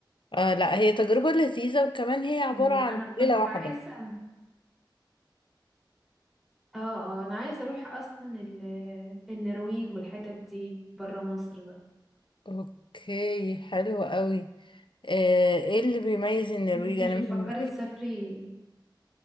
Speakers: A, on the left; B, in the centre.
A: اه لا هي تجربة لذيذة وكمان هي عبارة
B: مم، لا
A: عن
B: انا كنت
A: ليلة واحدة
B: عايزة اه اه انا عايزه اروح اصلا ال- النرويج والحتت دي بره مصر بقى
A: اوكي حلو قوي آه، ايه اللي بيميز النرويج
B: م، انت
A: انا
B: مش بتفكري
A: ما شفت
B: تسافري